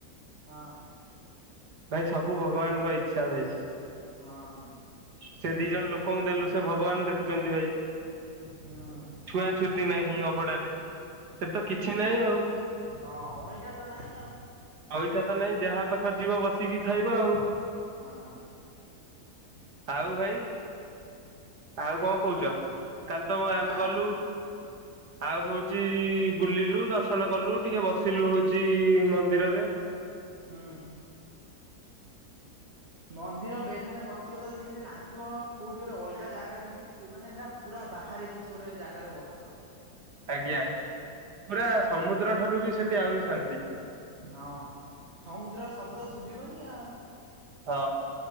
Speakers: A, on the right; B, on the right.
A: ହଁ
B: ଭାଇ ସବୁ ଭଗବାନଙ୍କ ଇଚ୍ଛା ଭାଇ।
A: ହଁ।
B: ସେ ଦି ଜଣ ଲୋକଙ୍କୁ ଦେଲୁ ସେ ଭଗବାନ ଦେଖୁଛନ୍ତି ଭାଇ।
A: ହୁଁ
B: ଛୁଆଁ ଛୁତି ନାହିଁ ଅଭଡାରେ। ସେଠି ତ କିଛି ନାହିଁ ଆଉ।
A: ହଁ। ଅଇଁଠା ତ ନାଇଁ ଆଉ।
B: ଅଇଁଠା ତ ନାହିଁ, ଯାହା ପାଖରେ ଯିବ ବସିକି ଖାଇବ ଆଉ।
A: ହଁ।
B: ଆଉ ଭାଇ, ଆଉ କଣ କହୁଚ? କାଲି ତ ଆମେ
A: ନା
B: ଗଲୁ ଆଉ ହଉଚି ବୁଲିଲୁ ଦର୍ଶନ କଲୁ, ଟିକେ ବସିଲୁ ହଉଚି ମନ୍ଦିରରେ।
A: ହୁଁ।
B: <unintelligible>
A: ମନ୍ଦିର ବେଢାରେ ବସିଥିବ ତ ଯେମିତି ଲାଗିବ କୋଉଠି ଗୋଟେ ଅଲଗା ଜାଗା ଯେମିତି ମାନେ ହେରା ପୁରା ବାହାରେ କିଛି ଗୋଟେ ଜାଗାରେ ବସିଚ।
B: ଆଜ୍ଞା। ପୁରା ସମୁଦ୍ର ଠାରୁ ବି ସେଠି ଆହୁରି ଶାନ୍ତି।
A: ହଁ। ସମୁଦ୍ର ଶବ୍ଦ ତ ଶୁଭିବନି ଆଉ।
B: ହଁ।